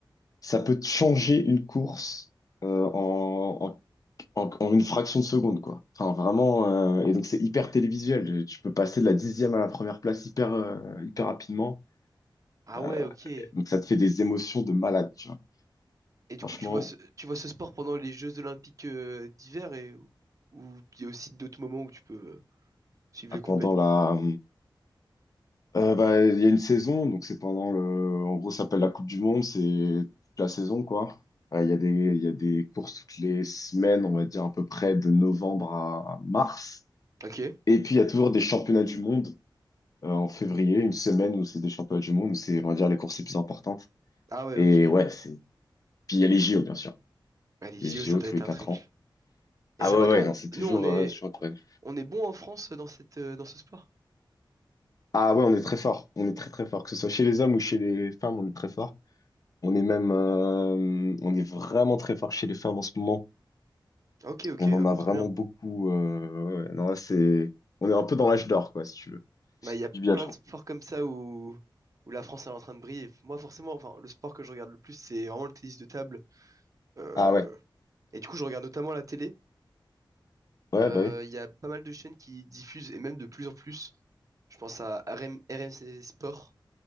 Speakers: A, on the left; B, on the right.
A: ça peut te changer une course euh, en, en, en- en une fraction de seconde quoi. Enfin vraiment euh, et donc c'est hyper télévisuel. Tu peux passer de la dixième à la première place hyper euh, hyper rapidement.
B: Ah
A: Euh,
B: ouais, ok. Et
A: donc ça te fait des émotions de malade tu vois.
B: du
A: Franchement
B: coup, tu vois ce, tu vois ce sport pendant les Jeux Olympiques euh, d'hiver et où il y a aussi d'autres moments où tu peux euh, suivre les compètes.
A: pendant la Euh, bah, il y a une saison, donc c'est pendant le. En gros, ça s'appelle la Coupe du Monde, c'est toute la saison, quoi. Euh, Il y a des, il y a des courses toutes les semaines, on va dire à peu près de novembre à mars.
B: Ok.
A: Et puis, il y a toujours des championnats du monde euh, en février, une semaine où c'est des championnats du monde, où c'est, on va dire, les courses les plus importantes.
B: Ah ouais,
A: Et
B: ok.
A: ouais, c'est. Puis, il y a les JO, bien sûr.
B: Allez, les
A: Les
B: JO,
A: JO
B: ça doit
A: tous
B: être
A: les
B: un
A: quatre
B: truc.
A: ans.
B: Et
A: Ah
B: ça
A: ouais,
B: va, nous,
A: ouais,
B: on-
A: non, c'est toujours,
B: nous on est,
A: euh, c'est toujours incroyable.
B: on est bon en France dans cette, euh, dans ce sport?
A: Ah ouais, on est très fort. On est très, très fort. Que ce soit chez les hommes ou chez les femmes, on est très fort. On est même, euh, on est vraiment très fort chez les femmes en ce moment.
B: Ok, ok.
A: On en
B: Ah bah
A: a vraiment
B: trop bien.
A: beaucoup. euh, ouais. ouais. Non, là, c'est, on est un peu dans l'âge d'or, quoi, si tu veux,
B: Bah, il y a
A: du biathlon.
B: plein de sports comme ça où, où la France elle est en train de briller. Moi, forcément, enfin, le sport que je regarde le plus, c'est vraiment le tennis de table. Euh,
A: Ah ouais,
B: et du coup, je regarde notamment la télé.
A: ouais,
B: Euh,
A: bah oui,
B: Il y a pas mal de chaînes qui diffusent, et même de plus en plus. Je pense à RM RMC Sport,